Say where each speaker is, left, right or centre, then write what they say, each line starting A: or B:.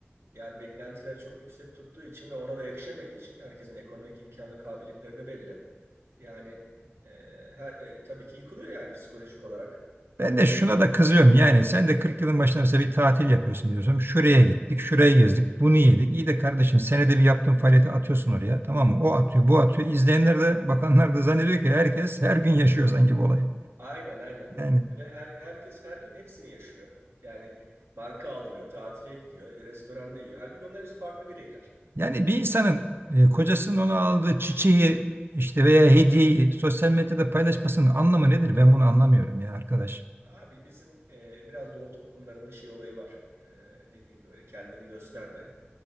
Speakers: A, on the right; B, on the right.
A: Yani beklentiler çok yüksek tuttuğu için ve ona da erişemediği için herkesin ekonomik imkan ve kabiliyetleri de belli. Yani e, her, e, tabii ki yıkılıyor yani psikolojik olarak.
B: Ben de
A: E,
B: şuna da kızıyorum yani sen de 40 yılın başında mesela bir tatil yapıyorsun diyorsun. Şuraya gittik, şuraya gezdik, bunu yedik. İyi de kardeşim senede bir yaptığın faaliyeti atıyorsun oraya tamam mı? O atıyor, bu atıyor. İzleyenler de bakanlar da zannediyor ki herkes her gün yaşıyor sanki bu olayı.
A: aynen aynen.
B: Yani
A: Ve her, herkes her gün hepsini yaşıyor. Yani marka alıyor, tatile gidiyor, restoranda yiyor. Halbuki onlar hepsi farklı bireyler.
B: yani bir insanın e, kocasının ona aldığı çiçeği işte veya hediyeyi sosyal medyada paylaşmasının anlamı nedir? Ben bunu anlamıyorum ya arkadaş.
A: Abi bizim e, biraz doğu toplumlarında şey olayı var. E, ne diyeyim böyle kendini gösterme.